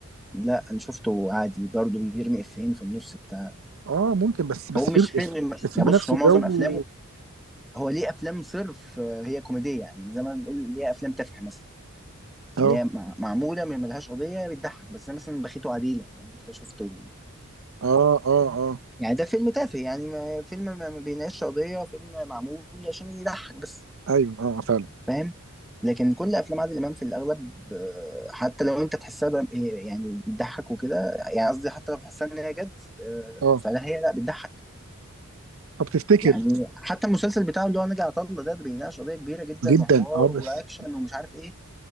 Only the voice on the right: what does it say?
اه ممكن بس بس
فيلم
الفيلم
نفسه
جو
اه
اه اه اه
ايوه اه فعلا
اه
طب تفتكر
جدا
اه بس